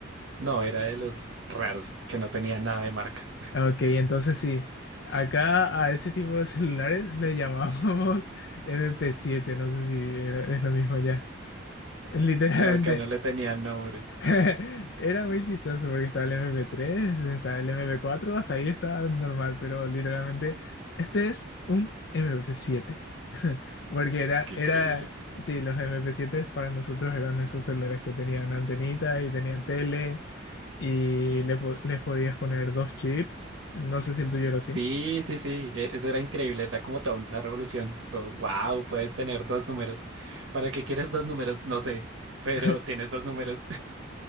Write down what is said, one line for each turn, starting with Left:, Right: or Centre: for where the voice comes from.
Right: No, era de los raros que no tenía nada de marca. <laughs>
Left: Ok, entonces sí, acá a ese tipo de celulares le llamábamos <laughs> mp siete, no sé si era- es lo mismo ya. Literalmente,
Right: No, acá no le tenían nombre.
Left: <laughs> Era muy chistoso porque estaba el mp tres estaba el mp cuatro hasta ahí está normal, pero literalmente este es un mp siete <laughs> Porque era,
Right: Qué
Left: era,
Right: increíble.
Left: sí, los mp siete para nosotros eran esos celulares que tenían antenita y tenían tele y le, po- les podías poner dos chips. No sé si el tuyo era así.
Right: Sí, sí, sí, e- eso era increíble, era como toda una revolución. Todo, wow, puedes tener dos números. ¿Para qué quieres dos números? No sé, pero
Left: <laughs>
Right: tienes dos números.